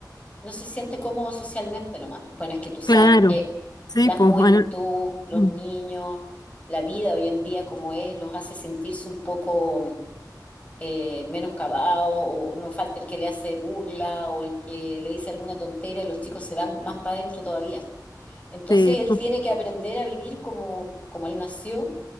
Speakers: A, on the left; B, on the left.
A: No se siente cómodo socialmente nomás. Pues Bueno, es que tú sabes
B: Claro.
A: que
B: Sí,
A: la
B: pues,
A: juventud,
B: bueno,
A: los
B: mm,
A: niños, la vida hoy en día como es, los hace sentirse un poco eh, menoscabados o no falta el que le hace burla o el que le dice alguna tontera y los chicos se van más para adentro todavía. Entonces
B: sí,
A: él
B: pues,
A: tiene que aprender a vivir como, como él nació,